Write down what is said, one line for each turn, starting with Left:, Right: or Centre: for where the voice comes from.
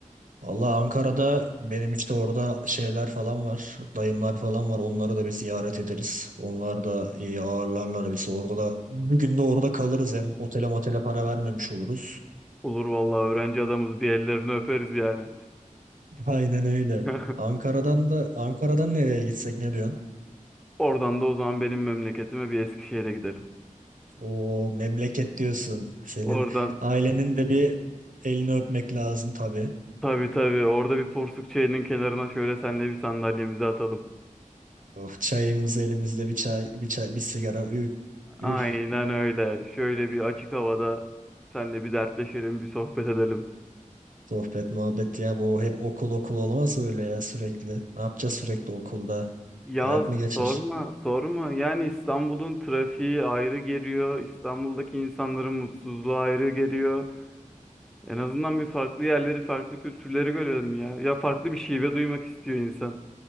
Right: Allah Ankara'da benim işte orada şeyler falan var. Dayımlar falan var. Onları da bir ziyaret ederiz. Onlar da iyi ağırlarlar bizi. Orada da bir gün de orada kalırız. Hem otele motele para vermemiş oluruz.
Centre: Olur vallahi öğrenci adamız bir ellerini öperiz yani.
Right: <laughs> Aynen öyle.
Centre: <laughs>
Right: Ankara'dan da Ankara'dan nereye gitsek ne diyorsun?
Centre: Oradan da o zaman benim memleketime bir Eskişehir'e gidelim.
Right: O memleket diyorsun. Senin
Centre: Oradan
Right: ailenin de bir elini öpmek lazım tabii.
Centre: tabii tabii orada bir porsuk çayının kenarına şöyle senle bir sandalyemizi atalım.
Right: Of, çayımız elimizde bir çay, bir çay, bir sigara. Üf, üf.
Centre: Aynen öyle. Şöyle bir açık havada senle bir dertleşelim, bir sohbet edelim.
Right: Sohbet, muhabbet ya bu hep okul okul olmaz öyle ya sürekli. Ne yapacağız sürekli okulda?
Centre: Ya
Right: Hayat mı geçer?
Centre: sorma, sorma. Yani İstanbul'un trafiği ayrı geliyor. İstanbul'daki insanların mutsuzluğu ayrı geliyor. En azından bir farklı yerleri, farklı kültürleri görelim ya. Ya farklı bir şive duymak istiyor insan.